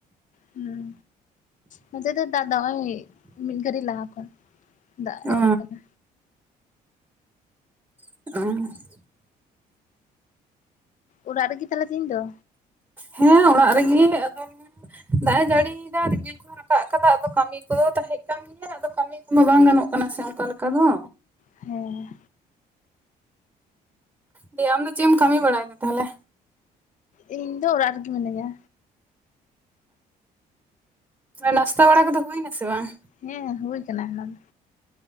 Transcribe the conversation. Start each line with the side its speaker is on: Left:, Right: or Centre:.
Left: ᱦᱩᱸ ᱱᱚᱛᱮ ᱫᱚ ᱫᱟᱜ ᱫᱟᱭ ᱦᱚᱸᱚᱭ ᱢᱤᱫ ᱜᱷᱟᱹᱲᱤ ᱞᱟᱦᱟ ᱠᱷᱚᱱ ᱫᱟᱜ ᱮᱦᱚᱵ
Right: ᱚ
Left: ᱠᱟᱱᱟ᱾
Right: <inaudible>
Left: ᱚᱲᱟᱜ ᱨᱮᱜᱮ ᱛᱟᱦᱞᱮ ᱛᱮᱦᱮᱧ ᱫᱚ?
Right: ᱦᱮᱸ ᱚᱲᱟᱜ ᱨᱮᱜᱮ ᱟᱫᱚ ᱫᱟᱜ ᱮ ᱡᱟᱹᱲᱤᱭᱮᱫᱟ ᱨᱤᱢᱤᱞ ᱠᱚᱦᱚᱸ ᱨᱟᱠᱟᱵ ᱠᱟᱫᱟ ᱟᱫᱚ ᱠᱟᱹᱢᱤ <unintelligible> ᱠᱚᱫᱚ ᱛᱟᱦᱮᱜ ᱠᱟᱱ ᱜᱮᱭᱟ ᱟᱫᱚ ᱠᱟᱹᱢᱤ ᱠᱚᱢᱟ ᱵᱟᱝ ᱜᱟᱱᱚᱜ ᱠᱟᱱᱟ ᱥᱮ ᱚᱱᱠᱟ ᱞᱮᱠᱟ ᱫᱚ᱾
Left: ᱦᱮᱸ,
Right: ᱫᱤᱭᱮ ᱟᱢ ᱫᱚ ᱪᱮᱫ ᱮᱢ ᱠᱟᱹᱢᱤ ᱵᱟᱲᱟᱭᱮᱫᱟ ᱛᱟᱦᱚᱞᱮ
Left: ᱤᱧ ᱫᱚ ᱚᱲᱟᱜ ᱨᱮᱜᱮ ᱢᱤᱱᱟᱹᱧᱟ᱾
Right: ᱱᱟᱥᱛᱟ ᱵᱟᱲᱟ ᱠᱚᱫᱚ ᱦᱩᱭ ᱱᱟᱥᱮ ᱵᱟᱝ?
Left: ᱦᱮᱸ ᱦᱩᱭ ᱠᱟᱱᱟ ᱚᱱᱟ ᱫᱚ᱾